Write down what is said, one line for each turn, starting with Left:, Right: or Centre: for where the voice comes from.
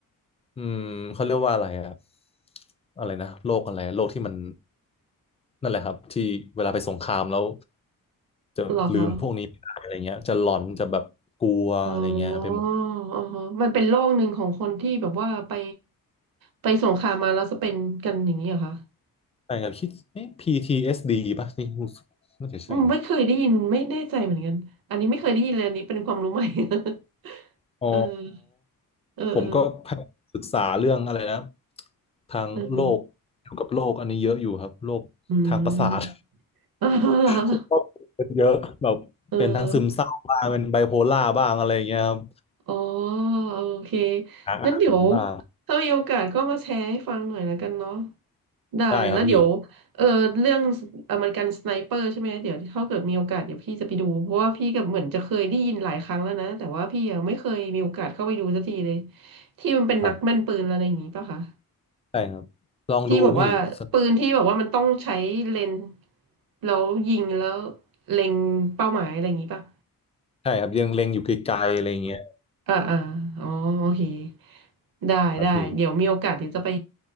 Left: อืมเขาเรียกว่าอะไรอะอะไรนะโรคอะไรโรคที่มันนั่นแหละครับที่เวลาไปสงครามแล้วจะลืมพวกนี้ไม่ได้อะไรเงี้ยจะหลอนจะแบบกลัวอะไรเงี้ยไปหมด
Right: เหรอคะ อ๋ออ๋อฮะมันเป็นโรคหนึ่งของคนที่แบบว่าไปไปสงครามมาแล้วจะเป็นกันอย่างนี้เหรอคะ
Left: ใช่ครับคิดเอ๊ะ PTSD ป่ะนี่รู้สึกน่าจะใช่นะ
Right: อืมไม่เคยได้ยินไม่แน่ใจเหมือนกัน อันนี้ไม่เคยได้ยินเลยอันนี้เป็นความรู้ใหม่ <laughs>
Left: อ๋อ
Right: เออเออเออ
Left: ผมก็ยศึกษาเรื่องอะไรนะทางโลกเกี่ยวกับโลกอันนี้เยอะอยู่ครับโลกทางประสาท
Right: เอออืม <laughs> เออเหรอ
Left: คนรอบตัวเป็นเยอะแบบเป็นทั้งซึมเศร้าบ้างเป็นไบโพล่าบ้างอะไรอย่างเงี้ยครับ
Right: เออ อ๋อโอเค
Left: หาอ่านบ้าง
Right: งั้นเดี๋ยวถ้ามีโอกาสก็มาแชร์ให้ฟังหน่อยแล้วกันเนาะได้แล้วเดี๋ยว
Left: ได้ครับพี่
Right: เออเรื่องอเมริกันสไนเปอร์ใช่ไหมเดี๋ยวถ้าเกิดมีโอกาสเดี๋ยวพี่จะไปดูเพราะว่าพี่กับเหมือนจะเคยได้ยินหลายครั้งแล้วนะแต่ว่าพี่ยังไม่เคยมีโอกาสเข้าไปดูสักทีเลยที่มันเป็นนักแม่นปืนอะไรอย่างงี้ป่ะคะ
Left: ครับได้ครับลองดูพี่ส
Right: ที่บอกว่าปืนที่บอกว่ามันต้องใช้เลนส์แล้วยิงแล้วเล็งเป้าหมายอะไรอย่างงี้ป่ะ
Left: ใช่ครับยังเล็งอยู่ไกลๆอะไรอย่างเงี้ย
Right: อ่าอ่าอ๋อโอเคได้ได้เดี๋ยวมีโอกาสเดี๋ยวจะไป
Left: ครับพี่